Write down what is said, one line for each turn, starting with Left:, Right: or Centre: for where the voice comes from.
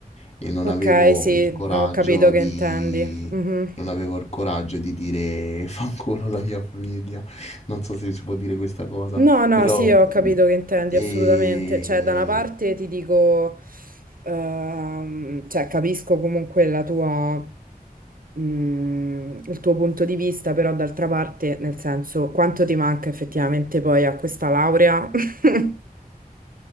Left: E non
Right: Ok,
Left: avevo
Right: sì,
Left: il coraggio
Right: ho capito che
Left: di...
Right: intendi. Mhm.
Left: Non avevo il coraggio di dire <laughs> fanculo la mia famiglia, non so se si può dire questa cosa,
Right: No, no,
Left: però...
Right: sì, ho capito che intendi
Left: E...
Right: assolutamente. Cioè, da una parte ti dico, ehm, cioè, capisco comunque la tua, mm, il tuo punto di vista, però d'altra parte, nel senso, quanto ti manca effettivamente poi a questa laurea? <laughs>